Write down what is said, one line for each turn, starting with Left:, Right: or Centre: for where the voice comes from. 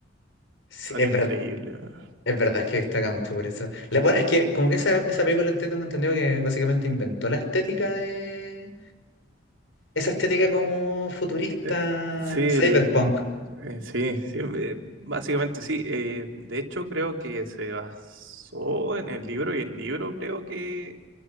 Left: Sí,
Right: Son
Left: es
Right: increíbles.
Left: verdad,
Right: weón.
Left: es verdad que destaca mucho por eso. La- bueno, es que como que esa, esa película entiendo, tengo entendido que básicamente inventó la estética de... Esa estética como futurista,
Right: Eh, sí, el,
Left: cyberpunk.
Right: eh, sí, sí, eh, básicamente sí. Eh, de hecho, creo que se basó en el libro y el libro creo que